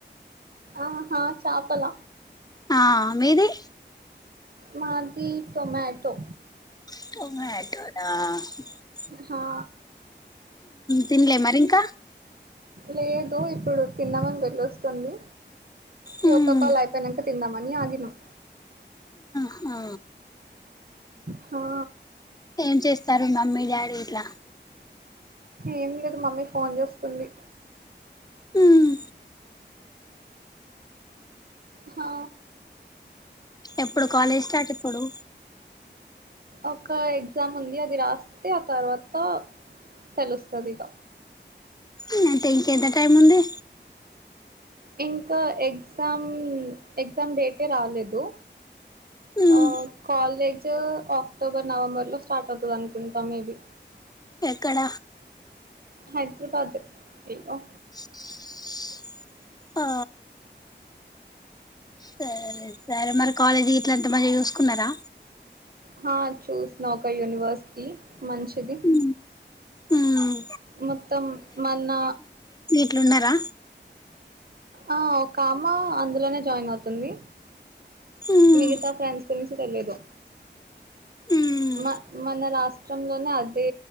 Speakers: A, on the right; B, on the left.
A: ఆహా చాపల
B: ఆ మీది
A: మాది టొమాటో
B: టమోటోనా
A: హా
B: తిన్లే మరి ఇంకా
A: లేదు ఇప్పుడు తిన్నామని వెళ్ళొస్తుంది ఈ
B: మ్మ్
A: ఒక్క కాల్ అయిపోయినంక తిందామని ఆగిన
B: హా
A: హా
B: ఏం చేస్తారు మమ్మీ డాడీ ఇట్లా
A: ఏం లేదు మమ్మీ ఫోన్ జుస్తుంది
B: హ్మ్
A: హా
B: ఎప్పుడు కాలేజ్ స్టార్ట్ ఎప్పుడు
A: ఒక ఎగ్జామ్ ఉంది అది రాస్తే ఆ తర్వాత తెలుస్తది ఇగ
B: హ్మ్ అంటె ఇంక ఎంత టైముంది
A: ఇంకా ఎగ్జామ్ ఎగ్జామ్ డేటే రాలేదు
B: మ్మ్
A: ఆ కాలేజ్ వో అక్టోబర్ నవంబర్ లో స్టార్ట్ అవుతది అనుకుంటా మేబి
B: ఎక్కడ
A: హైద్రబాద్ ఎ ఓ
B: <unintelligible> ఆ సరే సరే మరి కాలేజీ ఇట్లంత తమంచిగా చూసుకున్నరా
A: హ చూసిన ఒక యూనివర్సిటీ మంచిది
B: మ్మ్ మ్మ్
A: మొత్తం మన్న
B: అట్లున్నరా
A: ఆ ఒక ఆమ అందులోనే జాయిన్ అవుతుంది
B: ఉమ్
A: మిగతా ఫ్రెండ్స్ గురించి తెలీదు
B: ఉమ్
A: మ మన రాస్ చం లోనే అది